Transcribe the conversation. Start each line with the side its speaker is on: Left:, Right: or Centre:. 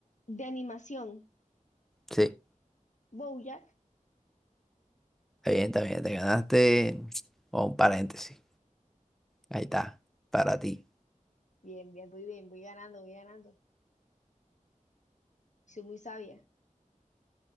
Left: De animación,
Centre: Sí,
Left: Bojack
Centre: está bien, está bien. Te ganaste <tsk> o un paréntesis. Ahí está, para ti.
Left: Bien, bien, muy bien, voy ganando, voy ganando. Soy muy sabia.